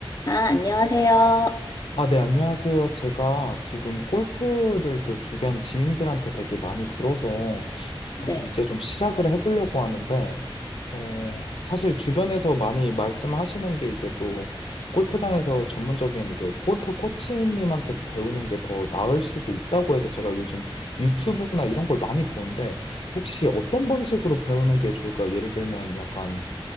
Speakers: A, on the left; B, on the left.
A: 아, 안녕하세요.
B: 아, 네, 안녕하세요. 제가 지금 골프를 또 주변 지인들한테 되게 많이 들어서
A: 네.
B: 야, 뭐 이제 좀 시작을 해보려고 하는데, 어, 사실 주변에서 많이 말씀하시는 게 이제 또 골프장에서 전문적인 이제 골프 코치님한테 배우는 게 더 나을 수도 있다고 해서 제가 요즘 유튜브나 이런 걸 많이 보는데 혹시 어떤 방식으로 배우는 게 좋을까요? 예를 들면 약간